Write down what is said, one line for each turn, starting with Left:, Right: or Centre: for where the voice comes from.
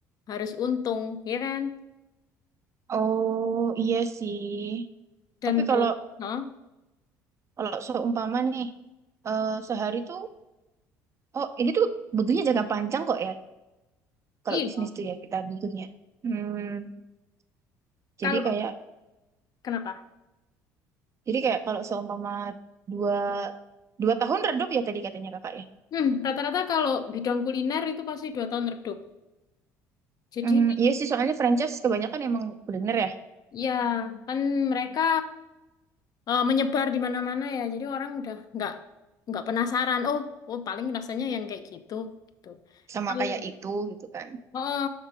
Left: harus untung, ya kan?
Right: Oh iya sih.
Left: Dan
Right: Tapi kalau
Left: Hah?
Right: kalau seumpama nih eh, sehari tuh Oh, ini tuh butuhnya jangka panjang kok ya. Kalau
Left: Iya.
Right: bisnis tuh ya kita butuhnya. Hmm, jadi
Left: Kalau
Right: kayak,
Left: kenapa?
Right: jadi kayak kalau seumpama dua dua tahun redup ya tadi katanya kakak ya.
Left: Hmm, rata-rata kalau bidang kuliner itu pasti dua tahun redup. Jadi
Right: Hmm, iya sih soalnya franchise kebanyakan emang kuliner ya,
Left: ya kan mereka eh, menyebar di mana-mana ya. Jadi orang udah nggak nggak penasaran. Oh, oh paling rasanya yang kayak gitu gitu.
Right: sama
Left: Kalau-
Right: kayak itu gitu kan.
Left: Oh,